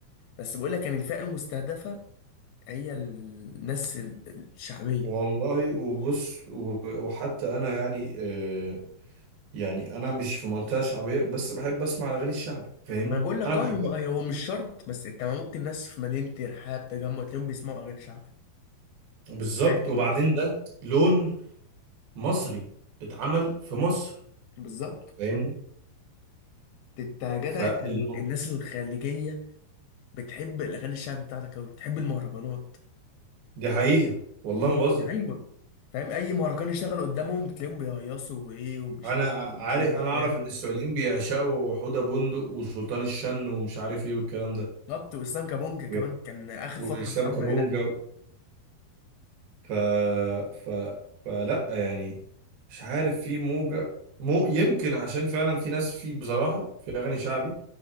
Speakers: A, on the left; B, on the right.
A: بس بقولك يعني الفئة المستهدفة هي الناس الشعبية
B: والله وبص و- وحتى انا يعني آه يعني انا مش في منطقة شعبية بس بحب اسمع الاغاني الشعبي فاهمني
A: ما انا بقول لك
B: انا بحبها
A: اه هم هو مش شرط بس انت ممكن ناس في مدينه الرحاب تجمع تلاقيهم بيسمعوا اغاني شعبي
B: بالظبط
A: عادي
B: وبعدين
A: من أصل.
B: ده لون مصري اتعمل في مصر
A: بالظبط
B: فاهمني
A: انت يا جدع
B: فالم...
A: انت الناس الخليجيه بتحب الاغاني الشعبي بتاعتك قوي بتحب المهرجانات
B: دي حقيقة والله
A: دي
B: ما بهزر
A: ايوه فاهم اي مهرجان يشتغل قدامهم بتلاقيهم بيهيصوا وايه ومش
B: انا عارف
A: ومش ايه
B: انا
A: وبتاع
B: اعرف ان السعوديين بيعشقوا حوده بندق وسلطان الشن ومش عارف ايه والكلام ده
A: بالظبط واسلام كابونجا كمان
B: و-
A: كان اخر
B: واسلام
A: فتره مسمع
B: كابونجا
A: هناك قوي
B: ف... ف... فلا يعني مش عارف في موجه مو يمكن عشان فعلا في ناس في بصراحه في اغاني شعبي